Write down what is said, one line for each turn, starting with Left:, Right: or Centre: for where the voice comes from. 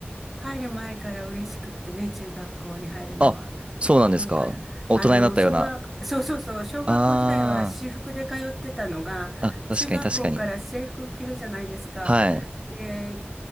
Centre: 入る前から嬉しくってね、中学校に入るのは。
Right: あ、そうなんですか。
Centre: なんか、
Right: 大人になったような。
Centre: あの、小学、そうそうそう、小学校時代は私服で通ってたのが、
Right: あー、あ、確かに確かに。
Centre: 中学校から制服着るじゃないですか。
Right: はい。
Centre: で、